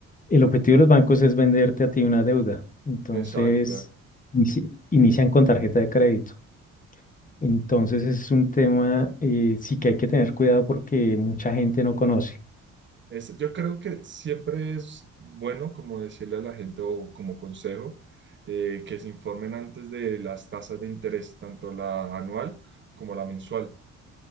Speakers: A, on the left; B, on the right.
A: el objetivo de los bancos es venderte a ti una deuda. Entonces,
B: exacto.
A: inici- inician con tarjeta de crédito. Entonces, ese es un tema eh, sí que hay que tener cuidado porque mucha gente no conoce.
B: Es- yo creo que siempre es bueno como decirle a la gente o como consejo eh, que se informen antes de las tasas de interés, tanto la anual como la mensual,